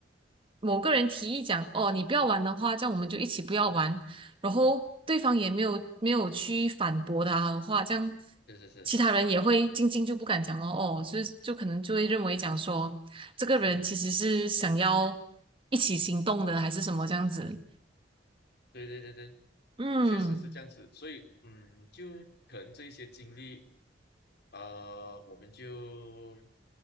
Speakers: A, on the right; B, on the left.
A: 某个人提议讲，哦，你不要玩的话，这样我们就一起不要玩。然后对方也没有没有去反驳他的话，这样
B: 是是是，
A: 其他人也会静静就不敢讲哦哦，就是就可能就会认为讲说这个人其实是想要
B: 嗯哼。
A: 一起行动的，还是什么这样子。
B: 对对对对，
A: 嗯
B: 确实是这样子，所以嗯，就可能这一些经历，呃，我们就